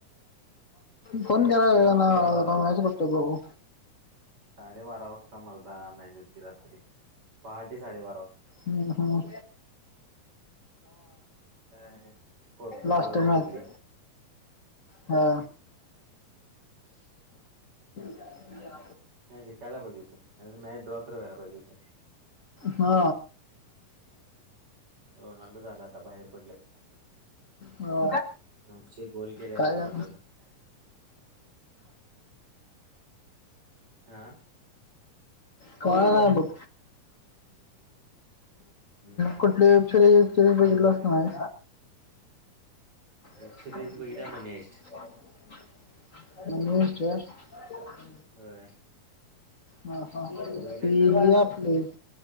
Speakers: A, on the left; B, on the right.
A: फोन केराचं
B: एंड
A: ना
B: ऑफ
A: मला
B: इरा
A: मॅच बघतो बघ तू
B: साडे बारा वाजता मरदा मॅच होती रात्री पहाटे साडेबारा वाजता
A: हम्म हम्
B: काय पोर्तुगालला
A: लास्ट मॅच
B: हरली
A: हा
B: <unintelligible>
A: <unintelligible>
B: नाही जिकायला पाहिजे होती मॅच ड्रॉ तर व्हायला पाहिजे होती.
A: हा
B: रोनाल्डो झाला आता बाहेर पडले
A: हो
B: नऊशे गोल केल्या
A: काय
B: रोनाल्डोन
A: हा
B: हा
A: काय नाय बघ
B: हम्म हम्
A: कुठली पिचर बिचर
B: काय
A: बघितलास
B: करतोय
A: की नाय
B: वेब
A: <unintelligible>
B: सिरीज बघितल्या मनी हाईस्ट होय
A: हा हा
B: तू
A: ते
B: बघितल्यास
A: हे
B: का
A: आपले